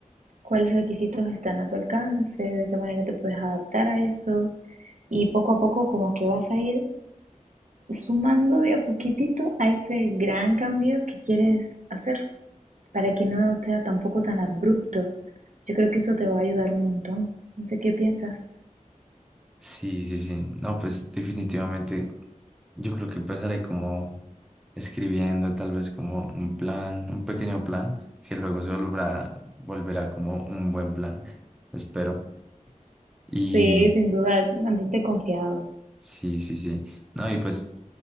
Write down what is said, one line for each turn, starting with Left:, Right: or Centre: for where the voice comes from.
Right: cuáles requisitos están a tu alcance, de qué manera te puedes adaptar a eso. Y poco a poco como que vas a ir sumando de a poquitito a ese gran cambio que quieres hacer para que no sea tampoco tan abrupto. Yo creo que eso te va a ayudar un montón. No sé qué piensas.
Centre: Sí, sí, sí. No, pues definitivamente yo creo que empezaré como escribiendo tal vez como un plan, un pequeño plan, que luego se volverá, volverá como un buen plan, espero. Y
Right: Sí, sin duda, mantente confiado.
Centre: sí, sí, sí. No, y pues